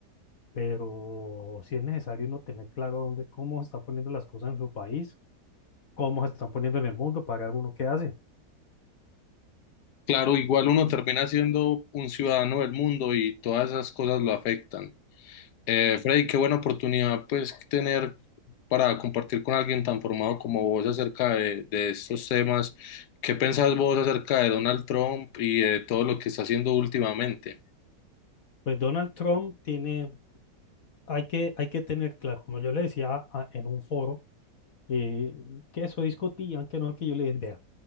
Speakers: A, on the left; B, on the left.
A: pero sí es necesario uno tener claro dónde, cómo está poniendo las cosas en su país cómo se están poniendo en el mundo, pagar uno qué hace.
B: Claro, igual uno termina siendo un ciudadano del mundo y todas esas cosas lo afectan. Eh, Freddy, qué buena oportunidad, pues, tener para compartir con alguien tan formado como vos acerca de, de estos temas. ¿Qué pensás vos acerca de Donald Trump y de todo lo que está haciendo últimamente?
A: Pues Donald Trump tiene, hay que, hay que tener claro, como yo le decía a- en un foro, eh, que eso discutían, que no, que yo le dije, "Vea,